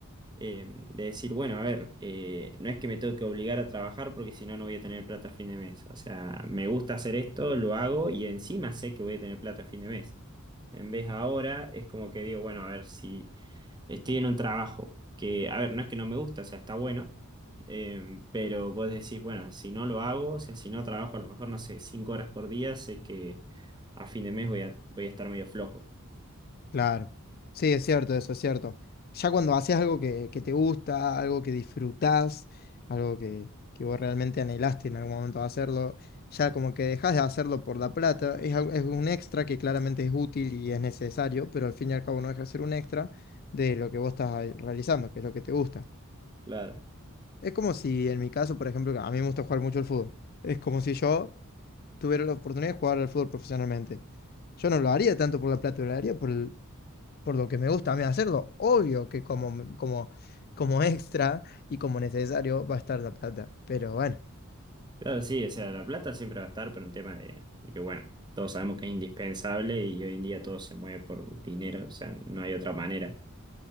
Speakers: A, on the right (about 20°); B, on the left (about 45°).
A: eh, de decir, bueno, a ver, eh, no es que me tengo que obligar a trabajar porque si no, no voy a tener plata a fin de mes. O sea, me gusta hacer esto, lo hago y encima sé que voy a tener plata a fin de mes. En vez ahora es como que digo, bueno, a ver, si estoy en un trabajo que, a ver, no es que no me gusta, o sea, está bueno, eh, pero vos decís, bueno, si no lo hago, o sea, si no trabajo a lo mejor, no sé, cinco horas por día, sé que a fin de mes voy a, voy a estar medio flojo.
B: Claro. Sí, es cierto, eso es cierto. Ya cuando haces algo que, que te gusta, algo que disfrutás, algo que, que vos realmente anhelaste en algún momento hacerlo, ya como que dejas de hacerlo por la plata, es, al- es un extra que claramente es útil y es necesario, pero al fin y al cabo no deja de ser un extra de lo que vos estás ahí realizando, que es lo que te gusta.
A: Claro.
B: Es como si en mi caso, por ejemplo, que a mí me gusta jugar mucho el fútbol, es como si yo tuviera la oportunidad de jugar al fútbol profesionalmente. Yo no lo haría tanto por la plata, lo haría por el, por lo que me gusta a mí hacerlo. Obvio que como, me- como, como extra y como necesario va a estar la plata. Pero bueno,
A: Claro, sí, o sea, la plata siempre va a estar, pero un tema de, de que, bueno, todos sabemos que es indispensable y hoy en día todo se mueve por dinero, o sea, no hay otra manera.